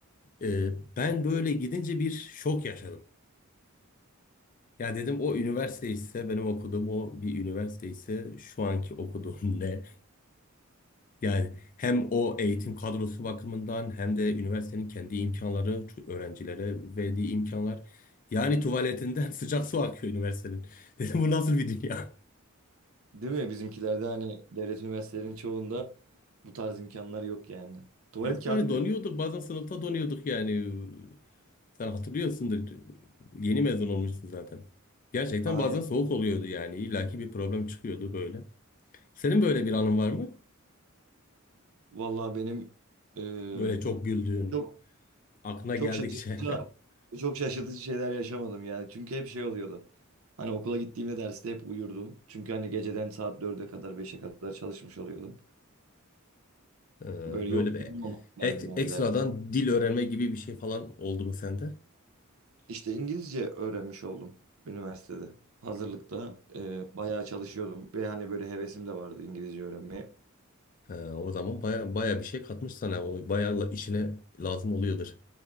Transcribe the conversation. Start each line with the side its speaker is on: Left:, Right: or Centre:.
Left: e, ben böyle gidince bir şok yaşadım. Ya dedim o üniversite ise benim okuduğum o bir üniversite ise şu anki okuduğum <laughs> ne? Yani hem o eğitim kadrosu bakımından hem de üniversitenin kendi imkanları, ç- öğrencilere verdiği imkanlar. Yani tuvaletinden <laughs> sıcak su akıyor üniversitenin. <laughs> Dedim bu nasıl bir dünya?
Right: Değil mi? Bizimkilerde hani devlet üniversitelerinin çoğunda bu tarz imkanlar yok yani. Tuvalet
Left: Yok
Right: kağıdı
Left: yani donuyorduk
Right: bile yok.
Left: bazen sınıfta donuyorduk yani. Sen hatırlıyorsundur. Yeni mezun olmuşsun zaten. Gerçekten
Right: Aynen.
Left: bazen soğuk oluyordu yani. İllaki bir problem çıkıyordu böyle. Senin böyle bir anın var mı?
Right: Vallahi benim eee,
Left: Böyle çok güldüğün,
Right: çok
Left: aklına
Right: çok
Left: geldikçe.
Right: şaşırtıcı
Left: <laughs>
Right: çok şaşırtıcı şeyler yaşamadım ya. Çünkü hep şey oluyordu. Hani okula gittiğimde derste hep uyurdum. Çünkü hani geceden saat dörde kadar beşe kadar çalışmış oluyordum.
Left: Ee,
Right: Böyle
Left: Böyle
Right: yok
Left: bir
Right: derdim
Left: ek-
Right: yani
Left: ekstradan dil öğrenme gibi bir şey falan oldu mu sende?
Right: İşte İngilizce öğrenmiş oldum üniversitede. Hazırlıkta e, bayağı çalışıyordum ve hani böyle hevesim de vardı İngilizce öğrenmeye.
Left: Ee, o zaman baya baya bir şey katmış sana. O baya la- işine lazım oluyordur.